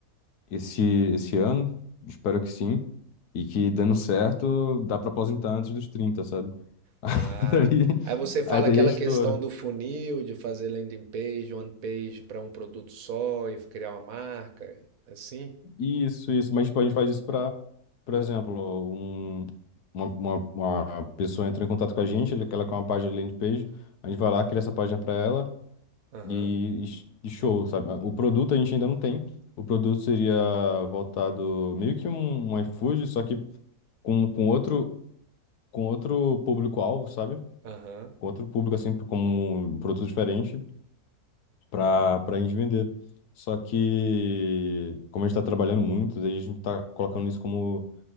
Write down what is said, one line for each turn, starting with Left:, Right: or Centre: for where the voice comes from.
Left: esse, esse ano, espero que sim. E que dando certo, dá pra aposentar antes dos trinta sabe?
Right: Ah,
Left: <laughs> Daí,
Right: aí você fala
Left: aí daí
Right: aquela
Left: é estouro.
Right: questão do funil, de fazer landing page, one page para um produto só e criar uma marca, assim?
Left: Isso, isso. Mas tipo, a gente faz isso pra, por exemplo, um, uma, uma, uma pessoa entrou em contato com a gente, ele- ela quer uma página de landing page, a gente vai lá, cria essa página pra ela
Right: Aham,
Left: e, e e show, sabe? O produto a gente ainda não tem. O produto seria voltado meio que um, um iFood, só que com, com outro, com outro público-alvo, sabe?
Right: aham.
Left: com outro público, assim, como um produto diferente para para a gente vender. Só que, como a gente tá trabalhando muito, daí a gente tá colocando isso como,